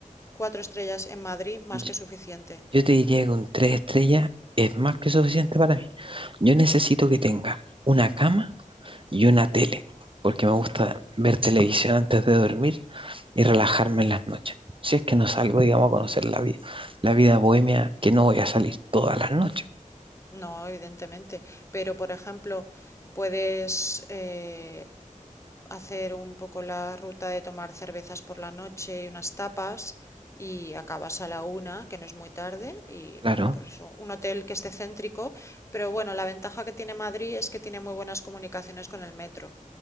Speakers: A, on the left; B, on the right.
A: cuatro estrellas en Madrid,
B: Y-
A: más que suficiente.
B: Yo te diría que con tres estrellas es más que suficiente para mí. Yo necesito que tenga una cama y una tele, porque me gusta
A: Mm,
B: ver televisión antes de dormir y relajarme en las noches. Si es que no salgo, digamos, a conocer la vida, la vida bohemia, que no voy a salir todas las noches.
A: No, evidentemente. Pero, por ejemplo, puedes eh, hacer un poco la ruta de tomar cervezas por la noche y unas tapas y acabas a la una, que no es muy tarde, y
B: Claro.
A: por eso un hotel que esté céntrico, pero bueno, la ventaja que tiene Madrid es que tiene muy buenas comunicaciones con el metro,